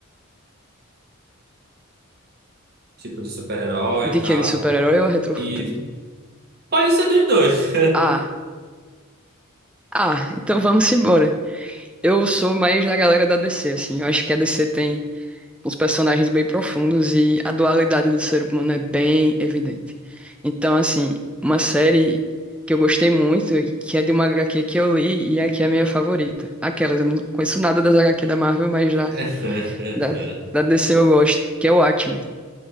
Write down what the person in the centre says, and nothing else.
De
que de super-herói ou retrofuturismo?
Ah, ah, então vamos embora. Eu sou mais da galera da DC, assim. Eu acho que a DC tem uns personagens bem profundos e a dualidade do ser humano é bem evidente. Então, assim, uma série que eu gostei muito, que é de uma HQ que eu li e é que é a minha favorita. Aquela, eu não conheço nada das HQ da Marvel, mas da,
da, da DC eu gosto, que é o Watchmen,